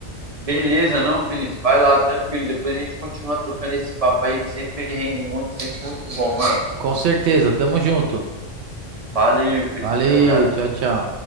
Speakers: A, on the right; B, on the right.
A: Beleza, não, Felipe? Vai lá, tranquilo. Depois a gente continua trocando esse papo aí que sempre rende muito, sempre muito bom, mano.
B: Com certeza, tamo junto.
A: Valeu, Felipe.
B: Valeu,
A: Abraço.
B: tchau, tchau.